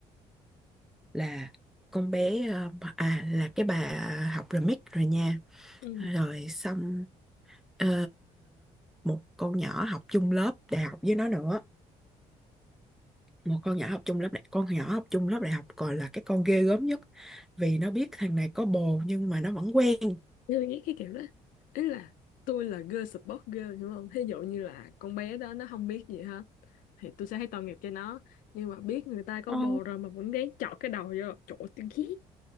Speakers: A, in the centre; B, on the left (about 75°).
A: là con bé ờ, à là cái bà học remix rồi nha
B: ừ
A: rồi xong ờ, một con nhỏ học chung lớp đại học với nó nữa một con nhỏ học chung lớp đại con nhỏ học chung lớp đại học còn là cái con ghê gớm nhất vì nó biết thằng này có bồ nhưng mà nó vẫn quen
B: tôi nghĩ cái kiểu đó ý là tôi là girl support girl hiểu không thí dụ như là con bé đó nó không biết gì hết thì tôi sẽ thấy tội nghiệp cho nó nhưng mà biết người ta có
A: Ồ,
B: bồ rồi mà vẫn ráng chọt cái đầu vô chỗ tôi ghét